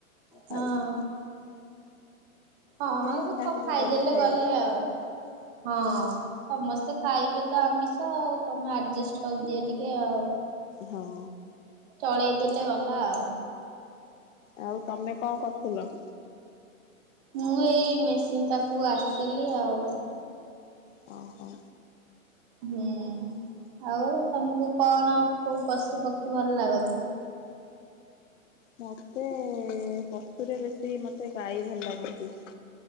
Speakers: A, on the left (about 60°); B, on the right (about 40°).
A: ଖାଇ
B: ହଁ। ହଁ
A: ଇଚ୍ଛା
B: ସେ
A: ହବ
B: ଖାଇଦେଲେ
A: କରିକି ଖାଇବାକୁ
B: ଗଲେ, ଆଉ ହଁ ସମସ୍ତେ ଖାଇବେ ତ ଆମିଷ ଆଉ ତମେ ଆଡଜଷ୍ଟ କରିଦିଅ ଟିକେ ଆଉ।
A: ହଁ
B: ଚଳେଇ ଦେଲେ ଗଲା ଆଉ।
A: ଆଉ ତମେ କଣ କରୁଥିଲ?
B: ମୁଁ ଏଇ ମେସିନ ପାଖକୁ ଆସିଥିଲି ଆଉ।
A: ହଁ ହ
B: ହୁଁ ଆଉ ତମକୁ କଣ କୋଉ ପଶୁ ପକ୍ଷୀ ଭଲ ଲାଗନ୍ତି?
A: ମତେ ପଶୁରେ ବେଶୀ ମତେ ଗାଈ ଭଲ ଲାଗନ୍ତି।